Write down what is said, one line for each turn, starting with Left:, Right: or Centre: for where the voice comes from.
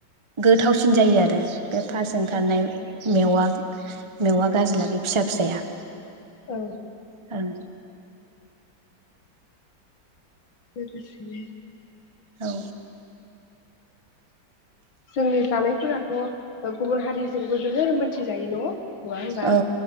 Right: गोथावसिन जायो आरो बे फास ओंखारनाय
Left: औ
Right: मेवा मेवा गाजोला बे फिसा फिसाया
Left: औ
Right: ओं
Left: लोगोसेनो
Right: औ
Left: जोंनि जानायफोराथ' गुबुन हारिजोंबो जोबोर मोनथिजायो न नङा होमबा
Right: औ